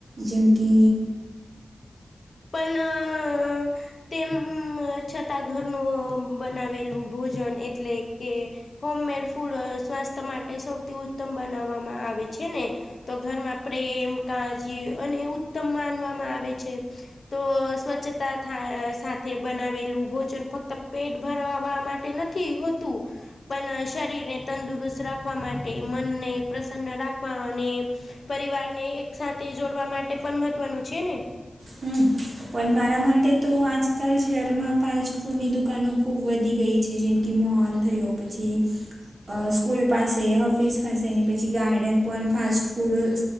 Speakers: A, on the right; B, on the left.
A: જેમ કે
B: પણ તેમ છતાં ઘરનું બનાવેલું ભોજન એટલે કે હોમ મેડ ફૂડ સ્વાસ્થ્ય માટે સૌથી ઉત્તમ બનાવવામાં આવે છે ને તો ઘરમાં પ્રેમ કાજી અને ઉત્તમ માનવામાં આવે છે તો સ્વચ્છતા સાથે બનાવેલું ભોજન ફક્ત પેટ ભરવા માટે નથી હતું પણ શરીરને તંદુરસ્ત રાખવા માટે મનને પ્રસન્ન રાખવા અને પરિવારને એક સાથે જોડવા માટે પણ મહત્વનું છે ને
A: હમ પણ મારા માટે તો આજકાલ શહેરમાં ફાસ્ટ ફૂડની દુકાનો ખૂબ વધી ગઈ છે જેમ કે મોલ થયો પછી સ્કૂલ પાસે ઓફિસ પાસે ની પછી ગાર્ડન પણ ફાસ્ટ ફૂડ